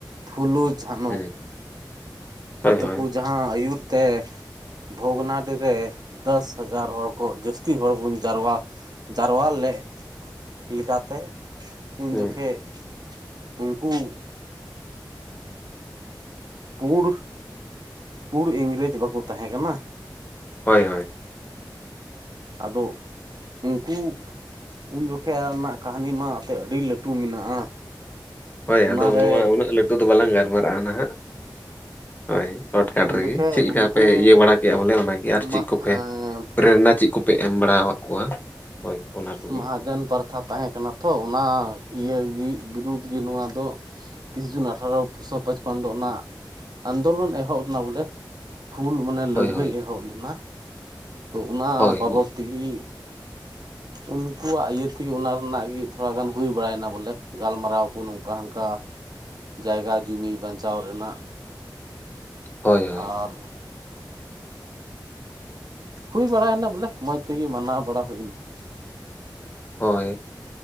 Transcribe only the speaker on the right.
ᱯᱷᱩᱞᱩ ᱡᱷᱟᱱᱚ
ᱛᱮᱠᱚ
ᱡᱟᱦᱟᱸ ᱟᱹᱭᱩᱨ ᱛᱮ᱾ ᱵᱷᱚᱜᱽᱱᱟᱰᱤ ᱨᱮ ᱫᱚᱥ ᱦᱟᱡᱟᱨ ᱦᱚᱲ ᱠᱚ ᱡᱟᱹᱥᱛᱤ ᱦᱚᱲ ᱵᱚᱱ ᱡᱟᱨᱣᱟ ᱡᱟᱨᱣᱟ ᱞᱮᱜ ᱞᱮᱠᱟᱛᱮ ᱩᱱ
ᱡᱚᱠᱷᱮᱡ ᱩᱱᱠᱩ ᱯᱩᱸᱲ ᱯᱩᱲ ᱤᱝᱨᱮᱡᱽ ᱵᱟᱠᱚ ᱛᱟᱦᱮᱸ ᱠᱟᱱᱟ?
ᱟᱫᱚ ᱩᱱᱠᱩ ᱩᱱ ᱡᱚᱠᱷᱮᱭᱟᱜ ᱨᱮᱱᱟᱜ ᱠᱟᱹᱦᱱᱤ ᱢᱟ ᱟᱛᱮᱫ ᱟᱹᱰᱤ ᱞᱟᱹᱴᱩ ᱢᱮᱱᱟᱜᱼᱟ᱾
ᱚᱱᱟᱨᱮ
ᱩᱱ
ᱡᱚᱠᱷᱮᱡ
ᱩᱱᱠᱩ
ᱢᱟᱜ
ᱦᱮᱸ
ᱢᱚᱦᱟᱡᱚᱱ ᱯᱟᱨᱛᱷᱟ ᱛᱟᱦᱮᱸ ᱠᱟᱱᱟ ᱛᱚ, ᱚᱱᱟ ᱤᱭᱟᱹᱜᱤ ᱵᱤᱨᱩᱫᱽ ᱜᱮ ᱱᱚᱣᱟ ᱫᱚ᱾ ᱛᱤᱥ ᱡᱩᱱ ᱟᱴᱷᱮᱨᱳᱥᱚ ᱯᱟᱸᱪᱯᱚᱱ ᱫᱚ ᱚᱱᱟ ᱟᱱᱫᱳᱞᱚᱱ ᱮᱦᱚᱵ ᱞᱮᱱᱟ ᱵᱚᱞᱮ᱾ ᱦᱩᱞ ᱢᱟᱱᱮ
ᱞᱟᱹᱲᱦᱟᱹᱭ
ᱮᱦᱚᱵ ᱞᱮᱱᱟ ᱛᱚ ᱚᱱᱟ
ᱵᱟᱵᱚᱛ ᱛᱮᱜᱮ ᱩᱱᱠᱩᱣᱟᱜ ᱤᱭᱟᱹ ᱛᱮᱜᱮ ᱚᱱᱟ ᱨᱮᱱᱟᱜ ᱜᱮ ᱛᱷᱚᱲᱟ ᱜᱟᱱ ᱦᱩᱭ ᱵᱟᱲᱟᱭᱱᱟ ᱵᱚᱞᱮ, ᱜᱟᱞᱢᱟᱨᱟᱣ ᱠᱚ ᱱᱚᱝᱠᱟ ᱦᱟᱱᱠᱟ᱾ ᱡᱟᱭᱜᱟ ᱡᱩᱢᱤ ᱵᱟᱧᱪᱟᱣ ᱨᱮᱱᱟᱜ᱾
ᱟᱨ᱾ ᱦᱩᱭ ᱵᱟᱲᱟᱭᱮᱱᱟ ᱵᱚᱞᱮ ᱢᱚᱡ ᱛᱮᱜᱮ ᱢᱟᱱᱟᱣ ᱵᱟᱲᱟ ᱦᱩᱭᱱᱟ᱾